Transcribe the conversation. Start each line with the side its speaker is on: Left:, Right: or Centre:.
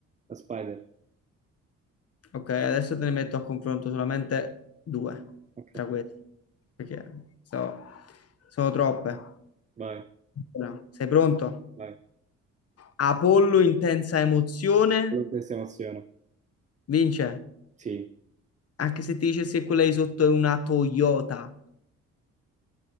Right: La Spider.
Left: Ok, adesso te ne metto a confronto solamente due
Right: Ok,
Left: tra queste, perché so- sono troppe.
Right: vai,
Left: Allora, Sei pronto?
Right: vai.
Left: Apollo, intensa emozione,
Right: Volontaria emoziona.
Left: vince.
Right: Sì,
Left: Anche se ti dicessi che quella di sotto è una Toyota.